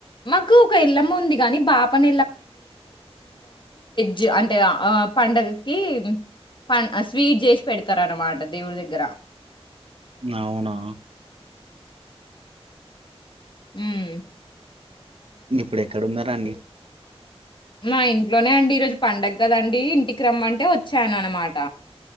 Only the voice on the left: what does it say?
మాకు ఒక ఎల్లమ్మ ఉంది గానీ, బాపన జ్ అంటే ఆ పండుగకి పం స్వీట్ చేసి పెడతారు అన్నమాట దేవుడి దగ్గర
మ్మ్
మా ఇంట్లోనే అండి ఈరోజు పండగ కదండి ఇంటికి రమ్మంటే వచ్చాననమాట